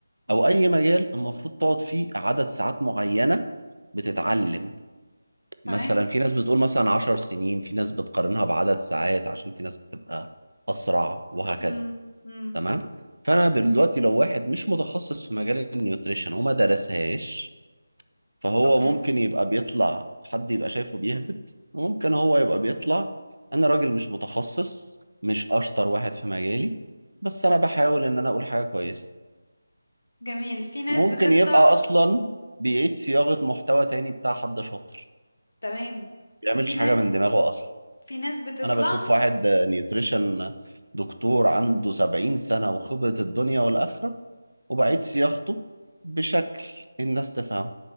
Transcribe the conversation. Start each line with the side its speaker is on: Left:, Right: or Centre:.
Right: او اي مجال المفروض تقعد فيه عدد ساعات معينه بتتعلم
Left: اوكي تمام
Right: مثلا في ناس بتقول مثلا 10 سنين في ناس بتقارنها بعدد ساعات عشان في ناس بتبقى اسرع وهكذا
Left: مم. مم.
Right: تمام فانا دلوقتي لو واحد مش متخصص في مجال النيوتريشن وما درسهاش فهو
Left: اوكي
Right: ممكن يبقى بيطلع حد يبقى شايفه بيهبط وممكن هو يبقى بيطلع انا راجل مش متخصص مش اشطر واحد في مجالي بس انا بحاول ان انا اقول حاجه كويسه
Left: جميل في ناس
Right: وممكن
Left: بتطلع
Right: يبقى اصلا بيعيد صياغه محتوى تاني بتاع حد شاطر
Left: تمام
Right: ما بيعملش
Left: في ناس
Right: حاجه من دماغه اصلا
Left: في ناس بتطلع
Right: انا بشوف واحد نيوتريشن دكتور عنده 70 سنه وخبره الدنيا والاخره وبعيد صياغته بشكل الناس تفهم